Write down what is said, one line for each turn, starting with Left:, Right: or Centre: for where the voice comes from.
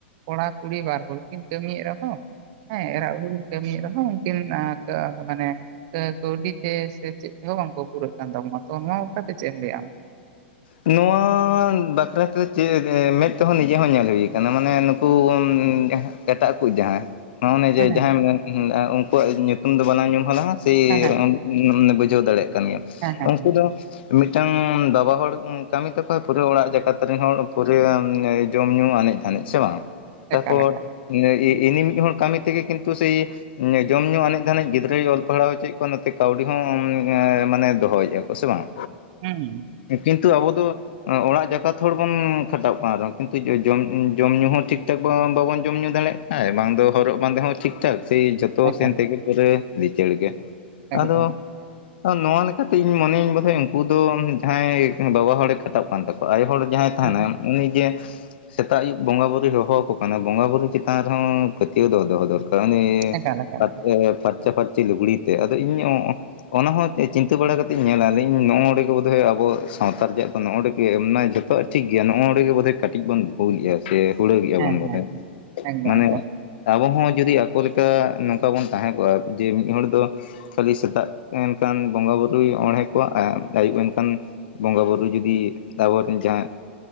Right: ᱠᱚᱲᱟ ᱠᱩᱲᱤ ᱵᱟᱨ ᱦᱚᱲ ᱠᱤᱱ ᱠᱟᱹᱢᱤᱭᱮᱫ ᱨᱮᱦᱚᱸ ᱦᱮᱸ ᱮᱨᱟ-ᱩᱨᱩ ᱠᱟᱹᱢᱤᱭᱮᱫ ᱨᱮᱦᱚᱸ ᱩᱱᱠᱤᱱ ᱠᱟ ᱢᱟᱱᱮ ᱠᱟᱹᱣᱰᱤ ᱛᱮ ᱥᱮ ᱪᱮᱫ ᱛᱮᱦᱚᱸ ᱵᱟᱝᱠᱚ ᱯᱩᱨᱟᱹᱜ ᱠᱟᱱ ᱛᱟᱢᱚᱱᱟ ᱛᱚ ᱱᱚᱣᱟ ᱵᱟᱠᱷᱟᱨ ᱛᱮ ᱪᱮᱫ ᱮᱢ ᱞᱟᱹᱭ ᱟᱢ?
Left: ᱱᱚᱣᱟ ᱵᱟᱠᱷᱨᱟᱛᱮ ᱪᱮᱫ ᱢᱮᱫ ᱛᱮᱦᱚᱸ ᱱᱤᱡᱮ ᱦᱚᱸ ᱧᱮᱞ ᱦᱩᱭ ᱠᱟᱱᱟ ᱢᱟᱱᱮ ᱱᱩᱠᱩ ᱡᱟᱦᱟᱸ ᱮᱴᱟᱜ ᱠᱚ ᱡᱟᱦᱟᱸ ᱱᱚᱜᱚᱱᱮ ᱡᱮ
Right: ᱦᱮᱸ
Left: ᱡᱟᱦᱟᱸᱭ ᱩᱱᱠᱩᱣᱟᱜ ᱧᱩᱛᱩᱢ ᱫᱚ ᱵᱟᱞᱟᱝ ᱧᱩ ᱦᱟᱞᱟᱝᱼᱟ ᱥᱮ
Right: ᱦᱮᱸ ᱦᱮᱸ
Left: ᱚᱱ ᱩᱸ ᱵᱩᱡᱷᱟᱹᱣ ᱫᱟᱲᱮᱭᱟᱜ ᱠᱟᱱ ᱜᱮᱭᱟ,
Right: ᱦᱮᱸ ᱦᱮᱸ ᱦᱮᱸ
Left: ᱩᱱᱠᱩ
Right: ᱦᱮᱸ
Left: ᱫᱚ ᱢᱤᱫᱴᱟᱝ ᱵᱟᱵᱟ ᱦᱚᱲ ᱩᱸ ᱠᱟᱹᱢᱤ ᱛᱟᱠᱚ ᱯᱩᱨᱮ ᱚᱲᱟᱜ ᱡᱟᱠᱟᱛ ᱨᱮᱱ ᱦᱚᱲ ᱯᱩᱨᱮ ᱡᱚᱢ ᱧᱩ ᱟᱱᱮᱡ ᱫᱷᱟᱱᱮᱡ ᱥᱮ ᱵᱟᱝ? ᱛᱟᱯᱚᱨ
Right: ᱮᱠᱟᱞ ᱮᱠᱟᱞ
Left: ᱤᱱᱤ ᱢᱤᱫ ᱦᱚᱲ ᱠᱟᱹᱢᱤ ᱛᱮᱜᱮ ᱠᱤᱱᱛᱩ ᱥᱮᱭ ᱡᱚᱢ ᱧᱩ ᱟᱱᱮᱡ-ᱫᱷᱟᱱᱮᱡ ᱜᱤᱫᱽᱨᱟᱹᱭ ᱚᱞ ᱯᱟᱲᱦᱟᱣ ᱦᱚᱪᱚᱭᱮᱜ ᱠᱚᱣᱟ ᱱᱚᱛᱮ ᱠᱟᱹᱣᱰᱤ ᱦᱚᱸ ᱢᱟᱱᱮ ᱫᱚᱦᱚᱭᱮᱫᱼᱟ, ᱠᱚ ᱥᱮ ᱵᱟᱝᱟ?
Right: ᱦᱩᱸ᱾
Left: ᱠᱤᱱᱛᱩ ᱟᱵᱚ ᱫᱚ ᱚᱲᱟᱜ ᱡᱟᱠᱟᱛ ᱦᱚᱲ ᱵᱚᱱ ᱠᱷᱟᱴᱟᱜ ᱠᱟᱱᱟ ᱨᱮᱦᱚᱸ ᱠᱤᱱᱛᱩ ᱡᱚᱢ ᱧᱩ ᱦᱚᱸ ᱴᱷᱤᱠ ᱴᱷᱟᱠ ᱵᱟᱵᱚᱱ ᱡᱚᱢ ᱧᱩ ᱫᱟᱲᱮᱜ ᱦᱮᱸ ᱵᱟᱝ ᱫᱚ ᱦᱚᱨᱚᱜ ᱵᱟᱸᱫᱮ ᱦᱚᱸ ᱴᱷᱤᱠ-ᱴᱷᱟᱠ ᱥᱮᱭ ᱡᱚᱛᱚ
Right: ᱮᱠᱟᱞ
Left: ᱥᱮᱱ ᱛᱮᱜᱮ ᱯᱩᱨᱟᱹ ᱞᱤᱪᱟᱹᱲ ᱜᱮ, ᱟᱫᱚ
Right: ᱮᱠᱫᱚᱢ
Left: ᱟ ᱱᱚᱣᱟ ᱞᱮᱠᱟᱛᱮ ᱤᱧ ᱢᱚᱱᱮᱭ ᱤᱧ ᱵᱳᱫᱷᱚᱭ ᱩᱝᱠᱩ ᱫᱚ ᱡᱟᱦᱟᱸᱭ ᱵᱟᱵᱟ ᱦᱚᱲᱮ ᱠᱷᱴᱟᱜ ᱠᱟᱱ ᱛᱟᱠᱚᱣᱟ ᱟᱭᱳ ᱦᱚᱲ ᱡᱟᱦᱟᱸᱭ ᱛᱟᱦᱮᱸᱱᱟᱭ
Right: ᱦᱮᱸ
Left: ᱩᱱᱤ ᱡᱮ ᱥᱮᱛᱟᱜ ᱟᱹᱭᱩᱵ ᱵᱚᱸᱜᱟ ᱵᱳᱨᱩᱭ ᱦᱚᱦᱚ ᱟᱠᱚ ᱠᱟᱱᱟ ᱵᱚᱸᱜᱟ ᱵᱳᱨᱳ ᱪᱮᱛᱟᱱ ᱨᱮᱦᱚᱸ ᱯᱟᱹᱛᱭᱟᱹᱣ ᱫᱚ ᱫᱚᱦᱚ ᱫᱚᱨᱠᱟᱨ ᱩᱱᱤ
Right: ᱮᱠᱟᱞ ᱮᱠᱟᱞ
Left: ᱠᱮ ᱯᱷᱟᱨᱪᱟ-ᱯᱷᱟᱨᱪᱤ ᱞᱩᱜᱽᱲᱤ ᱛᱮ ᱟᱫᱚ ᱤᱧᱦᱩᱧ ᱚᱧ ᱚᱱᱟ ᱦᱚᱸ ᱪᱤᱱᱛᱟᱹ ᱵᱟᱲᱟ ᱠᱟᱛᱮᱧ ᱧᱮᱞᱟ ᱞᱤᱧ ᱱᱚᱜ ᱱᱚᱰᱮ ᱜᱮ ᱵᱳᱫᱷᱚᱭ ᱟᱵᱚ ᱥᱟᱶᱛᱟ ᱨᱮᱡᱟᱜ ᱫᱚ ᱱᱚᱜ ᱱᱚᱰᱮ ᱜᱮ ᱮᱢ ᱚᱱᱟ ᱡᱚᱛᱚᱣᱟᱜ ᱴᱷᱤᱠ ᱜᱮᱭᱟ, ᱱᱚᱜ ᱱᱚᱰᱮ ᱜᱮ ᱵᱚᱫᱷᱚᱭ ᱠᱟᱹᱴᱤᱡ ᱵᱚᱱ ᱵᱷᱩᱞᱮᱜᱼᱟ᱾ ᱥᱮ ᱦᱩᱲᱟᱹᱜ ᱜᱮᱜᱼᱟ
Right: ᱦᱮᱸ
Left: ᱵᱚᱱ ᱵᱚᱫᱷᱚᱭ
Right: ᱦᱮᱸ ᱦᱮᱸ ᱮᱠᱫᱚᱢ
Left: ᱢᱟᱱᱮᱼᱼ
Right: ᱮᱠᱫᱚᱢ
Left: ᱟᱵᱚ ᱦᱚᱸ ᱡᱩᱫᱤ ᱟᱠᱚ ᱞᱮᱠᱟ, ᱱᱚᱝᱠᱟ ᱵᱚᱱ ᱛᱟᱦᱮᱸ ᱠᱚᱜ-ᱟ ᱡᱮ ᱢᱤᱫ ᱦᱚᱲ ᱫᱚᱼᱼ ᱠᱷᱟᱹᱞᱤ ᱥᱮᱛᱟᱜ ᱮᱱᱠᱟᱱ ᱵᱚᱸᱜᱟ ᱵᱩᱨᱩᱭ ᱚᱬᱦᱮᱸ ᱠᱚᱣᱟ ᱟᱨ ᱟᱹᱭᱩᱵ ᱮᱱᱠᱟᱱᱼᱼ ᱵᱚᱸᱜᱟ ᱵᱩᱨᱩ ᱡᱩᱫᱤ ᱟᱵᱚᱨᱮᱱ ᱡᱟᱦᱟᱸᱼᱼ